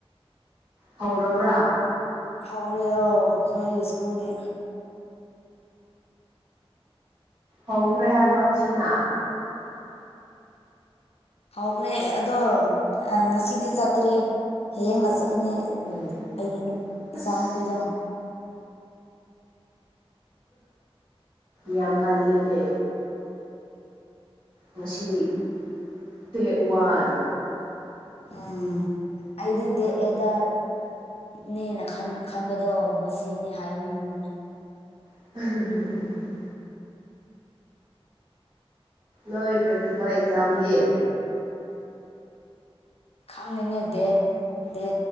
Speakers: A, on the right; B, on the left.
A: ꯍꯧꯔꯕ꯭ꯔꯥ
B: ꯍꯧꯔꯦ ꯑꯣ ꯑꯩꯈꯣꯏꯒꯤ ꯁ꯭ꯀꯨꯜꯗꯤ
A: ꯍꯧꯈ꯭ꯔꯦ ꯍꯥꯏꯕ ꯉꯁꯤꯅ
B: ꯍꯧꯈ꯭ꯔꯦ ꯑꯗꯣ ꯑꯥ ꯉꯁꯤꯗꯤ ꯆꯠꯇ꯭ꯔꯤ ꯍꯌꯦꯡꯅ ꯆꯠꯀꯅꯤ
A: ꯎꯝ
B: ꯑꯩꯒꯤ ꯅꯨꯞ
A: ꯑꯁ
B: ꯏꯆꯥ ꯅꯨꯨꯄꯤꯗꯣ
A: ꯌꯥ ꯉꯜꯂꯦꯅꯦ ꯉꯁꯤ ꯗꯦꯠ ꯋꯥꯟ
B: ꯎꯝ ꯑꯩꯗꯤ ꯗꯦꯗ ꯑꯦꯠꯗ ꯅꯦꯅ ꯈꯟ ꯈꯟꯕꯗꯣ ꯃꯁꯤꯅꯤ ꯍꯥꯏꯅꯦ ꯃꯣꯏ
A: <unintelligible> ꯅꯣꯏ ꯄ꯭ꯔꯦꯛꯇꯤꯀꯦꯜ ꯑꯦꯛꯖꯥꯝꯒꯤ
B: ꯈꯪꯉꯅꯤ ꯗꯦꯠ ꯗꯦꯠ